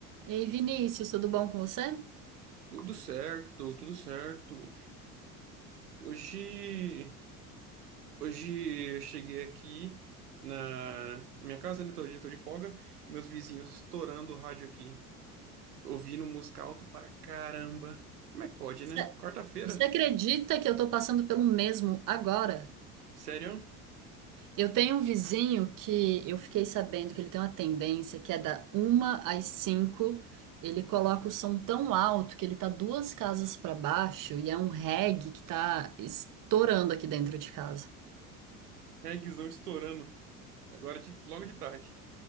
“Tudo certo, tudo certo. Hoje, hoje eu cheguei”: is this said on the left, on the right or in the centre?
Right